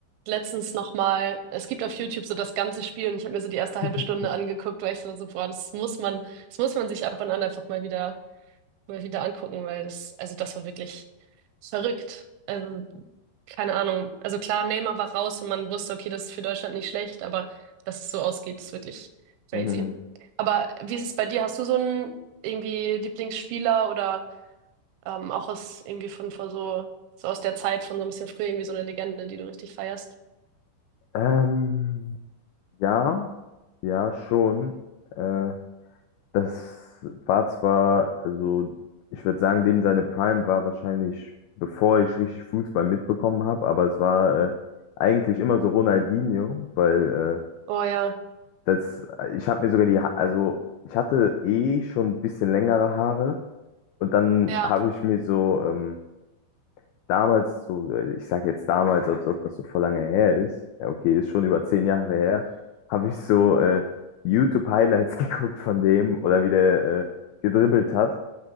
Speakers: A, on the right; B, on the left.
A: letztens nochmal, es gibt auf YouTube so das ganze Spiel und ich habe mir so die erste
B: <laughs>
A: halbe Stunde angeguckt, weil ich so, so, boah, das muss man, das muss man sich ab und an einfach mal wieder mal wieder angucken, weil das, also das war wirklich verrückt. Also, keine Ahnung. Also klar, Neymar war raus und man wusste, okay, das ist für Deutschland nicht schlecht, aber dass es so ausgeht, ist wirklich crazy.
B: Mhm.
A: Aber wie ist es bei dir? Hast du so einen irgendwie Lieblingsspieler oder ähm, auch aus irgendwie von vor so, so aus der Zeit von so ein bisschen früher irgendwie so eine Legende, die du richtig feierst?
B: Ähm, ja, ja, schon. Äh, das war zwar, also ich würde sagen, dem seine Prime war wahrscheinlich, bevor ich richtig Fußball mitbekommen habe, aber es war äh, eigentlich immer so Ronaldinho, weil äh,
A: Oh ja,
B: Das, äh, ich habe mir sogar die, Ha- also ich hatte eh schon ein bisschen längere Haare und dann
A: ja,
B: habe ich mir so ähm, damals, so, äh, ich sage jetzt damals, als ob das so voll lange her ist, ja okay, ist schon über zehn Jahre her, habe ich so äh, YouTube-Highlights <laughs> geguckt von dem oder wie der äh, gedribbelt hat